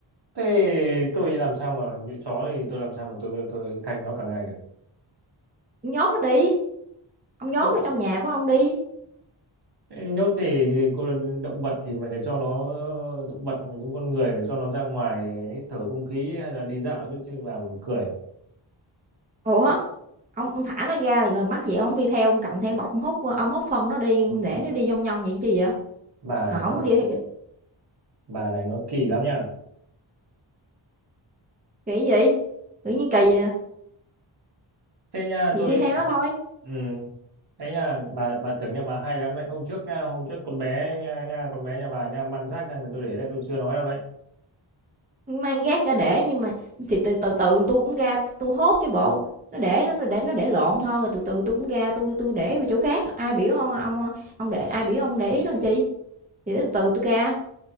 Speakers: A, on the right; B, on the right.
A: Thế tôi làm sao mà như chó thì tôi làm sao mà tôi tôi canh nó cả ngày được
B: Ông nhốt nó đi. Ông nhốt
A: nhốt
B: nó trong nhà của ông đi.
A: nhốt thì cô động vật thì phải là cho nó động vật mình cũng con người phải cho nó ra ngoài hít thở không khí hay là đi dạo chứ chứ bà buồn cười
B: Ủa? Ông ông thả nó ra rồi mắc gì ông hổng đi theo, ông cầm theo bọc ông hút, ông hút phân nó đi, để nó đi nhong nhong vậy chi vậy?
A: bà này
B: Rồi
A: nó
B: không có đi theo kỳ
A: bà này nó kỳ lắm nha
B: gì? Tự nhiên kỳ à,
A: thế nha
B: thì
A: tôi
B: đi theo nó thôi,
A: ừ, thế nha bà bà tưởng nhà bà hay lắm đấy hôm trước nha hôm trước con bé nha, nha con bé nhà bà nha mang rác ra nhà tôi để đấy tôi chưa nói đâu đấy
B: mang gác ra để nhưng mà thì từ từ từ tui cũng ra tôi hốt chứ bộ, nó để nó nó để nó để lộn thôi, rồi từ từ tôi cũng ra tôi tôi để vào chỗ khác, ai biểu ông ông, ông để ai biểu ông để ý làm chi, thì từ từ tôi ra,